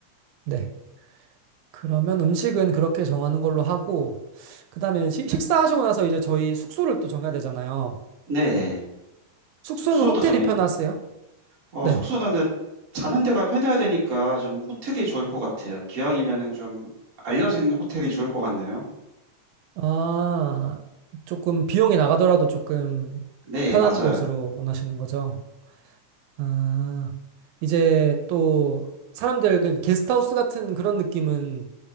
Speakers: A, on the right (about 85°); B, on the right (about 40°).
A: 네. 그러면 음식은 그렇게 정하는 걸로 하고, 그 다음에 식사하시고 나서 이제 저희 숙소를 또 정해야 되잖아요.
B: 네.
A: 숙소는
B: 숙소도
A: 호텔이
B: 정해.
A: 편하세요?
B: 어,
A: 네.
B: 숙소는 근데 자는 데가 편해야 되니까 좀 호텔이 좋을 것 같아요. 기왕이면은 좀 알려진 호텔이 좋을 것 같네요.
A: 아, 조금 비용이 나가더라도 조금
B: 네,
A: 편한
B: 맞아요.
A: 곳으로 원하시는 거죠? 아, 이제 또 사람들, 그러니까 게스트하우스 같은 그런 느낌은